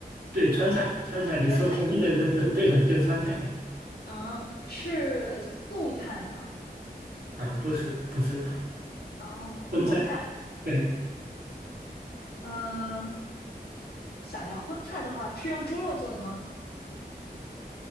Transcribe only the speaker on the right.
对，川菜，川菜，你说前面的都都对了，
就川菜
<laughs> 啊、不是不是，
荤菜，对